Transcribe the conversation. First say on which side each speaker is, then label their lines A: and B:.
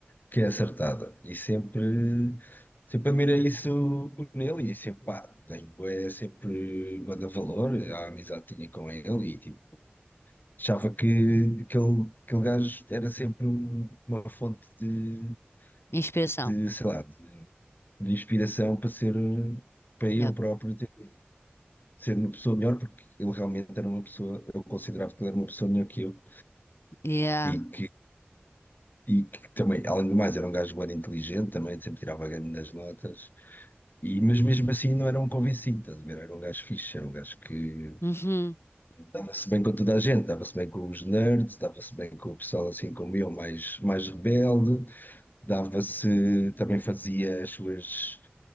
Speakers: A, on the left (about 50°); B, on the left (about 75°).
A: que é acertada e sempre. Sempre admirei isso nele e sempre, pá, tenho, é, sempre manda valor à amizade que tinha com ele e tipo, achava que aquele, aquele gajo era sempre um- uma fonte de,
B: expressão
A: de, sei lá, de, de inspiração para ser, para eu
B: Yep.
A: próprio ter, ser uma pessoa melhor, porque ele realmente era uma pessoa, eu considerava que ele era uma pessoa melhor que eu
B: Yeah.
A: e que, e que também, além do mais, era um gajo bem inteligente também, sempre tirava grandes notas, e, mas mesmo assim não era um convencido, estás a ver? Era um gajo fixe, era um gajo que
B: Uhum.
A: dava-se bem com toda a gente, dava-se bem com os nerds, dava-se bem com o pessoal assim como eu, mais, mais rebelde, dava-se, também fazia as suas